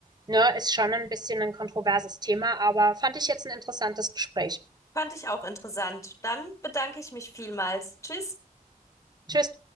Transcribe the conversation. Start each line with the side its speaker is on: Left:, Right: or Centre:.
Right: ne, ist schon ein bisschen ein kontroverses Thema, aber fand ich jetzt ein interessantes Gespräch.
Left: Fand ich auch interessant. Dann bedanke ich mich vielmals. Tschüss.
Right: Tschüss.